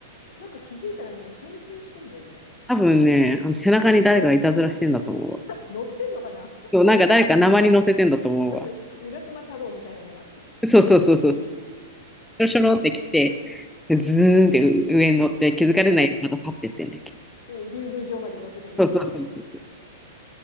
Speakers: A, on the left; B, in the centre.
A: なんか気づいたらね、潜水してんだよね。
B: 多分ね、あの背中に誰かがいたずらしてんだと思うわ。
A: 乗ってんのかな
B: そう、なんか誰か鉛乗せてんだと思うわ。
A: <laughs> なんか、浦島太郎みたいなのが、
B: そうそうそうそう。しょろしょろって来て、ズーンって上に乗って気づかれないようにまた去ってってんだっけ。
A: <laughs> 竜宮城まで乗せてけみたいな。
B: そうそうそうそうそう。